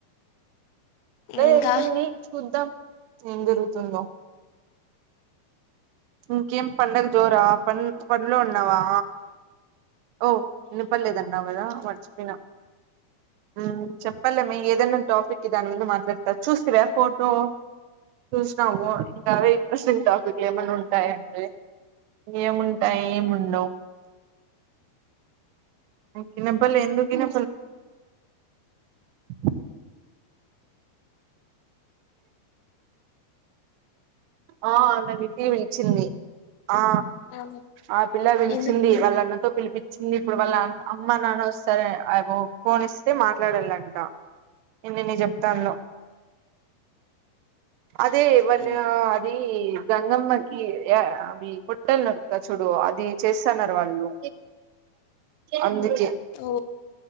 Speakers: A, on the right (about 85°); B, on the left (about 80°).
A: ఇప్పుడే
B: ఇంకా
A: అడిగింది చూద్దాం ఏం జరుగుతుందో ఇంకేం పండుగ జోరా ప పన్లో ఉన్నావా ఓ నినిపర్లేదన్నా కదా మర్చిపోయిన హు చెప్పలే మీ ఏదన్నా టాపిక్కి దాని ముందు మాట్లాడతారు చూస్తవ ఫోటో చూసిన వ చాలా ఇంట్రెస్టింగ్ టాపిక్ టైరి ఏముంటాయి ఏం ఉంటావు చినప్పులే ఎందుకిన <unintelligible> ఆ నన్ను ఇంటికే పిలిచింది ఆ
B: అవును
A: ఆ పిల్ల పిలిచింది
B: ఎందుకు
A: వాళ్ల అన్నతో పిలిపి వచ్చింది ఇప్పుడు వాళ్ళ అమ్మ నాన్న వస్తార అ ఫోన్ ఇస్తే మాట్లాడాలంట ఎన్నెన్ని చెప్తానుదో అదేవన్నీ
B: ఆ,
A: ఈ గంగమ్మకి ఏ అవి పుట్టన్నారు చూడు అది చేస్తున్నారు వాళ్ళు అందుకే
B: ఓ